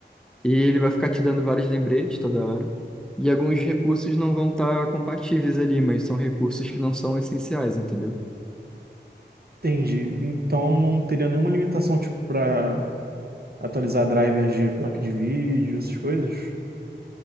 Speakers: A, in the centre; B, on the right (about 60°).
A: E ele vai ficar te dando vários lembretes toda hora. E alguns recursos não vão estar compatíveis ali, mas são recursos que não são essenciais, entendeu?
B: Entendi. Então não teria nenhuma limitação tipo para atualizar drivers de placa de vídeo, essas coisas?